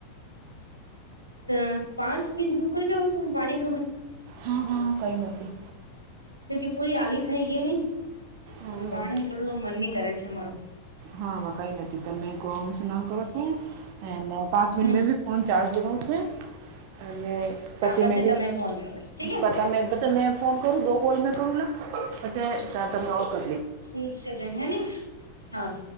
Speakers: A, on the right; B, on the right.
A: તો પાચ મિનિટ દુક જવું સ પાણી ફોડું
B: હા, હા, કઈ નથી
A: જો પુરી આલી થઈ ગઈને
B: હમ
A: હ બાણે
B: હમ
A: નીકળવું મન ની કરે છે મારું
B: હા, હ, કઈ નથી તમે કોઈ સ્નાન કરો છો પાંચ મિ
A: હમ
B: મે કોણ ચાર્જ લગાવ છે અને પછ
A: હા પછી
B: મે
A: તમે ફોન કરો ઠીક હે
B: પતા મે મે ફોન કરું દો કોલ મેં કરું લા અચ્છા ત્યાં તમે ઓ કરો
A: ઠી છે બે હે ની હા,